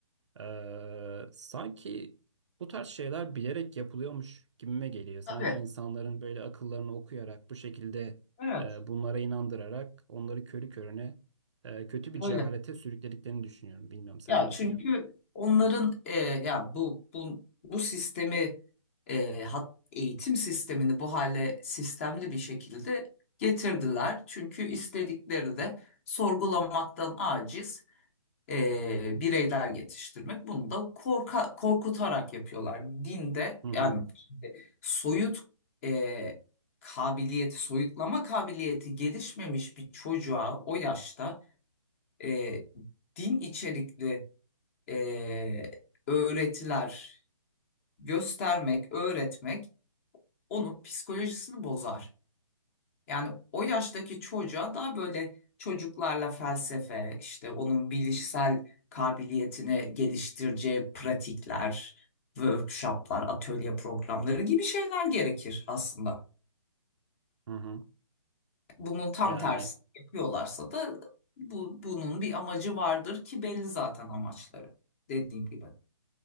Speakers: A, on the right; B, on the left.
A: Ee, sanki bu tarz şeyler bilerek yapılıyormuş gibime geliyor. Sanki
B: Tabii.
A: insanların böyle akıllarını okuyarak bu şekilde
B: Evet.
A: e, bunlara inandırarak onları körü körüne e, kötü bir cehalete
B: Öyle.
A: sürüklediklerini düşünüyorum. Bilmiyorum sen
B: Ya
A: ne düşünüyorsun?
B: çünkü onların e, ya bu bu bu sistemi e, hat, eğitim sistemini bu hale sistemli bir şekilde getirdiler. Çünkü istedikleri de sorgulamaktan aciz e, bireyler yetiştirmek. Bunu da korka, korkutarak yapıyorlar. Dinde
A: Hı hı,
B: yani soyut e, kabiliyeti, soyutlama kabiliyeti gelişmemiş bir çocuğa o yaşta e, din içerikli e, öğretiler göstermek, öğretmek onun psikolojisini bozar. Yani o yaştaki çocuğa daha böyle çocuklarla felsefe, işte onun bilişsel kabiliyetini geliştireceği pratikler, workshoplar, atölye programları gibi şeyler gerekir aslında.
A: hı hı.
B: Bunun tam
A: Yani
B: tersini yapıyorlarsa da bu, bunun bir amacı vardır ki belli zaten amaçları. Dediğim gibi